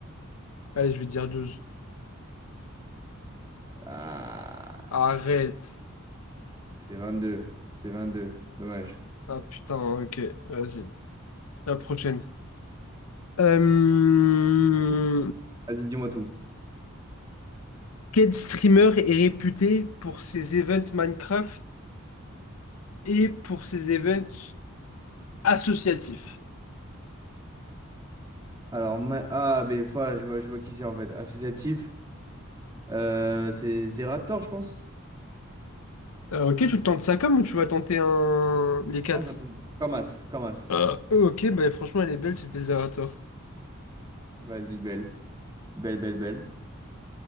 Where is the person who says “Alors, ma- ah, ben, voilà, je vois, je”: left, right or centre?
Right